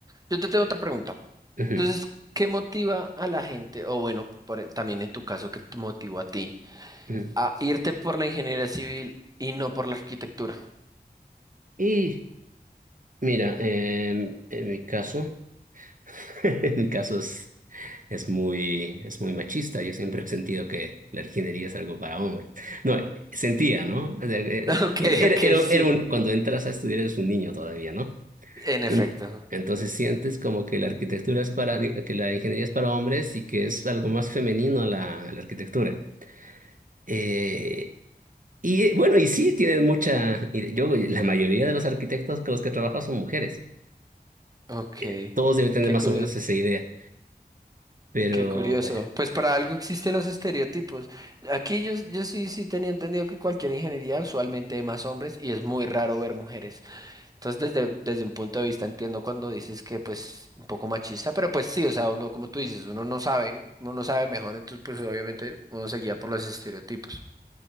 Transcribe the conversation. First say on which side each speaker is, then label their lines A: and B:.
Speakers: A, on the right (about 20°); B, on the right (about 55°).
A: Yo te tengo otra pregunta.
B: Ujú,
A: Entonces, ¿qué motiva a la gente, o bueno, por- e, también en tu caso, qué te motivó a ti,
B: ujú.
A: a irte por la ingeniería civil y no por la arquitectura?
B: Y mira, em, en mi caso, <laughs> en mi caso es es muy, es muy machista. Yo siempre he sentido que la ingeniería es algo para hombres. No, sentía, ¿no? O sea, eh,
A: <laughs> Ok,
B: Era, era-
A: ok,
B: era-
A: sí.
B: era un- cuando entras a estudiar eres un niño todavía, ¿no?
A: En efecto.
B: En- Entonces sientes como que la arquitectura es para, que la ingeniería es para hombres y que es algo más femenino la, la arquitectura. Eh, y eh, bueno, y sí, tienen mucha, y yo, la mayoría de los arquitectos con los que he trabajado son mujeres.
A: Ok,
B: Eh, Todos deben tener
A: qué
B: más
A: curioso.
B: o menos esa idea, pero
A: Qué curioso.
B: bueno.
A: Pues para algo existen los estereotipos. Aquí yo, yo sí, sí tenía entendido que cualquier ingeniería usualmente hay más hombres y es muy raro ver mujeres. Entonces desde, desde un punto de vista entiendo cuando dices que pues un poco machista, pero pues sí, o sea, uno como tú dices, uno no sabe, uno no sabe mejor, entonces pues obviamente uno se guía por los estereotipos.